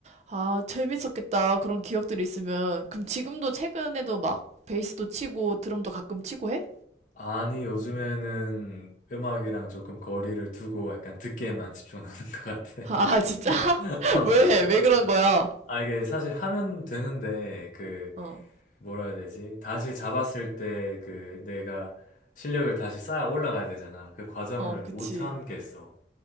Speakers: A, on the right; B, on the left.
A: 아, 재밌었겠다. 그런 기억들이 있으면. 그럼 지금도 최근에도 막 베이스도 치고 드럼도 가끔 치고 해?
B: 아니, 요즘에는 음악이랑 조금 거리를 두고 약간 듣기에만 집중하는 것 같아.
A: 아, 아, 진짜? <laughs>
B: <laughs>
A: 왜? 왜 그런 거야?
B: 아, 이게 사실 하면 되는데, 그,
A: 어,
B: 뭐라 해야 되지? 다시 잡았을 때 그 내가 실력을 다시 쌓아 올라가야 되잖아. 그 과정을
A: 어, 그치.
B: 못 참겠어.